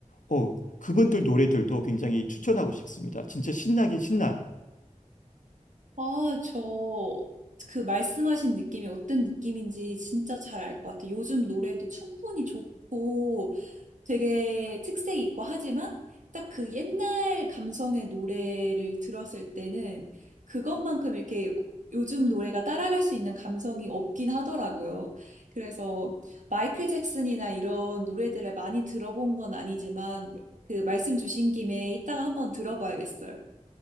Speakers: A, on the left; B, on the right.
A: 어 그분들 노래들도 굉장히 추천하고 싶습니다 진짜 신나긴 신나요.
B: 아, 저, 그 말씀하신 느낌이 어떤 느낌인지 진짜 잘 알 것 같아요. 요즘 노래도 충분히 좋고 되게 특색 있고 하지만 딱 그 옛날 감성의 노래를 들었을 때는 그것만큼 이렇게 요즘 노래가 따라갈 수 있는 감성이 없긴 하더라고요. 그래서 마이클 잭슨이나 이런 노래들을 많이 들어본 건 아니지만 그 말씀 주신 김에 이따가 한번 들어봐야겠어요.